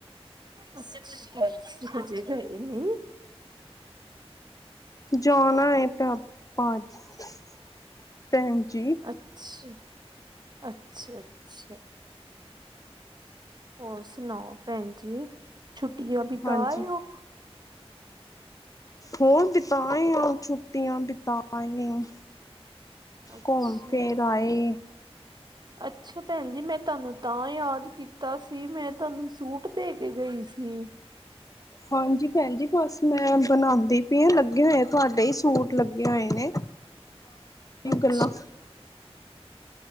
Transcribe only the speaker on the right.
ਤੁਸੀਂ, ਹਜੇ ਗਏ ਨੀ?
ਅੱਛਾ, ਅੱਛਾ-ਅੱਛਾ। ਹੋਰ ਸੁਣਾਉ ਭੈਣ ਜੀ, ਛੁੱਟੀਆਂ ਬਿਤਾਏ
ਔ?
ਅੱਛਾ
<unintelligible> ਅੱਛਾ ਭੈਣ ਜੀ, ਮੈਂ ਤੁਹਾਨੂੰ ਤਾਂ ਯਾਦ ਕੀਤਾ ਸੀ, ਮੈਂ ਤੁਹਾਨੂੰ ਸੂਟ ਦੇ ਕੇ ਗਈ ਸੀ।
ਅੱਛਾ